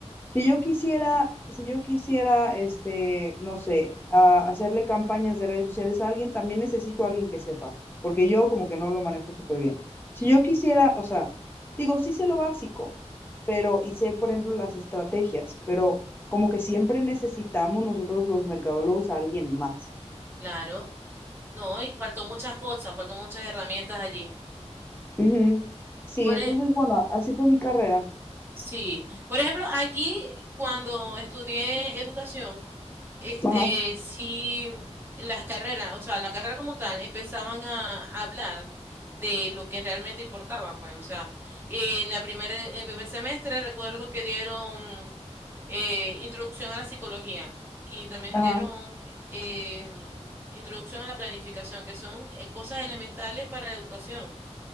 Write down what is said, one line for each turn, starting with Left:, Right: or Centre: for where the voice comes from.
Left: Si yo quisiera, si yo quisiera, este, no sé, a- hacerle campañas de redes sociales a alguien, también necesito a alguien que sepa, porque yo como que no lo manejo súper bien. Si yo quisiera, o sea, digo, sí sé lo básico, pero, y sé, por ejemplo, las estrategias, pero como que siempre necesitamos nosotros los mercadólogos a alguien más.
Right: Claro, no, y faltó muchas cosas, faltó muchas herramientas allí.
Left: Ujú. Sí,
Right: Por,
Left: entonces,
Right: e-
Left: bueno, así fue mi carrera.
Right: sí, por ejemplo, aquí cuando estudié educación, Este,
Left: Ajá,
Right: sí, las carreras, o sea, la carrera como tal, empezaban a, a hablar de lo que realmente importaba, pues, o sea, en la primera, en el primer semestre recuerdo que dieron eh, introducción a la psicología y también
Left: ajá,
Right: dieron eh, introducción a la planificación, que son eh, cosas elementales para la educación.